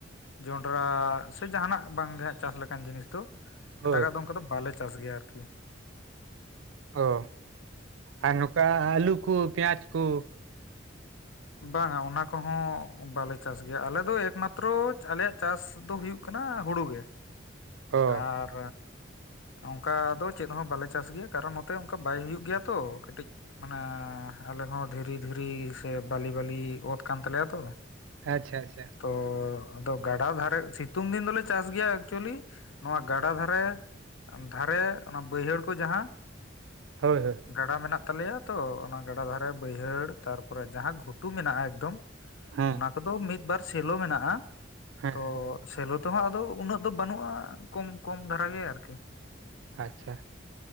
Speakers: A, on the left; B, on the right.
A: ᱡᱚᱸᱰᱨᱟ ᱥᱮ ᱡᱟᱦᱱᱟᱜ ᱵᱟᱝᱜᱮ ᱦᱟᱸᱜ ᱪᱟᱥ ᱞᱮᱠᱟᱱ ᱡᱤᱱᱤᱥ ᱫᱚ᱾
B: ᱦᱳᱭ
A: ᱮᱴᱟᱜᱟᱜ ᱫᱚ ᱚᱱᱠᱟ ᱫᱚ ᱵᱟᱞᱮ ᱪᱟᱥ ᱜᱮᱭᱟ ᱟᱨᱠᱤ᱾
B: ᱚ ᱟᱨ ᱱᱚᱠᱟ ᱟᱞᱩ ᱠᱩ ᱯᱮᱭᱟᱡᱽ ᱠᱩ᱾
A: ᱵᱟᱝᱟ ᱚᱱᱟ ᱠᱚᱦᱚᱸ ᱵᱟᱞᱮ ᱪᱟᱥ ᱜᱮᱭᱟ ᱟᱞᱮ ᱫᱚ ᱮᱠᱢᱟᱛᱨᱚ ᱟᱞᱮᱭᱟᱜ᱾ ᱪᱟᱥ ᱫᱚ ᱦᱩᱭᱩᱜ ᱠᱟᱱᱟ ᱦᱩᱲᱩ ᱜᱮ
B: ᱚ
A: ᱟᱨ᱾ ᱚᱝᱠᱟ ᱫᱚ ᱪᱮᱫ ᱦᱚᱸ ᱵᱟᱞᱮ ᱪᱟᱥ ᱜᱮᱭᱟ ᱠᱟᱨᱚᱱ ᱱᱚᱛᱮ ᱚᱱᱠᱟ ᱵᱟᱭ ᱦᱩᱭᱩᱜ ᱜᱮᱭᱟ ᱛᱚ ᱠᱟᱴᱤᱡ᱾ ᱢᱟᱱᱮ ᱟᱞᱮ ᱦᱚᱸ ᱫᱷᱤᱨᱤ ᱫᱷᱤᱨᱤ ᱥᱮ ᱵᱟᱹᱞᱤ ᱵᱟᱹᱞᱤ ᱚᱛ ᱠᱟᱱ ᱛᱟᱞᱮᱭᱟ ᱛᱚ ᱾
B: ᱟᱪᱪᱷᱟ ᱟᱪᱪᱷᱟ ᱾
A: ᱛᱚ ᱟᱫᱚ ᱜᱟᱰᱟ ᱫᱷᱟᱨᱮ ᱥᱤᱛᱩᱝ ᱫᱤᱱ ᱫᱚᱞᱮ ᱪᱟᱥ ᱜᱮᱭᱟ ᱮᱠᱪᱩᱭᱮᱞᱤ ᱾ ᱱᱚᱣᱟ ᱜᱟᱰᱟ ᱫᱷᱟᱨᱮ ᱫᱷᱟᱨᱮ ᱚᱱᱟ ᱵᱟᱹᱭᱦᱟᱹᱲ ᱠᱚ ᱡᱟᱦᱟᱸ
B: ᱦᱳᱭ ᱦᱳᱭ ᱾
A: ᱜᱟᱰᱟ ᱢᱮᱱᱟᱜ ᱛᱟᱞᱮᱭᱟ ᱛᱚ ᱚᱱᱟ ᱜᱟᱰᱟ ᱫᱷᱟᱨᱮ ᱵᱟᱹᱭᱦᱟᱹᱲ ᱛᱟᱨᱯᱚᱨᱮ ᱡᱟᱦᱟᱸ ᱜᱷᱩᱴᱩ ᱢᱮᱱᱟᱜᱼᱟ ᱮᱠᱫᱚᱢ
B: ᱦᱮᱸ
A: ᱚᱱᱟ ᱠᱚᱫᱚ ᱢᱤᱫ ᱵᱟᱨ ᱥᱮᱞᱚ ᱢᱮᱱᱟᱜᱼᱟ,
B: ᱦᱮᱸ
A: ᱛᱚ
B: ᱦᱮᱸ
A: ᱥᱮᱞᱚ ᱛᱚ ᱦᱟᱜ ᱟᱫᱚ ᱩᱱᱟᱹᱜ ᱫᱚ ᱵᱟᱹᱱᱩᱜᱼᱟ ᱠᱚᱢ ᱠᱚᱢ ᱫᱷᱟᱨᱟ ᱜᱮ ᱟᱨᱠᱤ ᱾
B: ᱟᱪᱪᱷᱟ ᱾